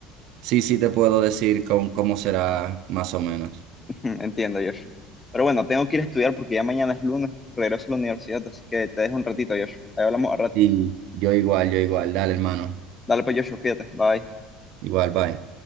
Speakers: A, on the right (about 60°); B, on the left (about 20°).
A: sí, sí te puedo decir con, cómo será más o menos.
B: <laughs> Entiendo, Joshua. Pero bueno, tengo que ir a estudiar porque ya mañana es lunes, regreso a la universidad, así que te dejo un ratito, Joshua. Ahí hablamos al rato.
A: Sí, yo igual, yo igual. Dale, hermano.
B: Dale pues, Joshua, cuídate. Bye.
A: Igual, bye.